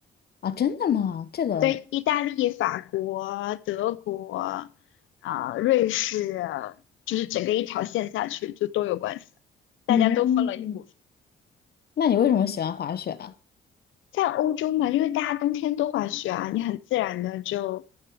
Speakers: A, on the left; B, on the left.
A: 啊，真的吗？这个，
B: 对，意大利、法国、德国啊、瑞士，就是整个一条线下去就都有关系，大家都分了一部分。
A: 嗯，那你为什么喜欢滑雪啊？
B: 在欧洲嘛，因为大家冬天都滑雪啊，你很自然的就